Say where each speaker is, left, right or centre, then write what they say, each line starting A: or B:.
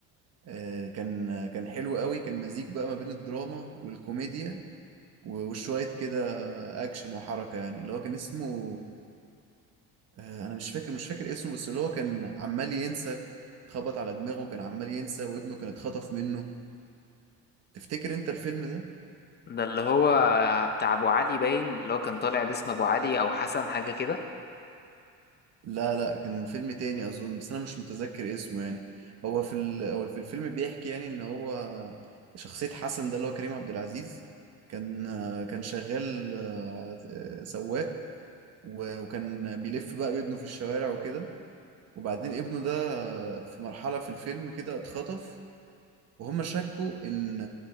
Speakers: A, on the right; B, on the left.
A: آه، كان آه، كان حلو قوي كان مزيج بقى ما بين الدراما والكوميديا و- وشوية كده أكشن وحركة يعني اللي هو كان اسمه آه، انا مش فاكر مش فاكر اسمه بس اللي هو كان عمال ينسى اتخبط على دماغه كان عمال ينسى وابنه كان اتخطف منه تفتكر انت الفيلم ده
B: ده اللي هو بتاع ابو علي باين اللي هو كان طالع باسم ابو علي او حسن حاجه كده
A: لا لا كان فيلم تاني اظن بس انا مش متذكر اسمه يعني هو في ال... هو في الفيلم بيحكي يعني ان هو شخصية حسن ده اللي هو كريم عبد العزيز كان آه، كان شغال آه، آه، سواق و- وكان بيلف بقى بابنه في الشوارع وكده وبعدين ابنه ده آه، في مرحلة في الفيلم كده اتخطف وهم شكوا ان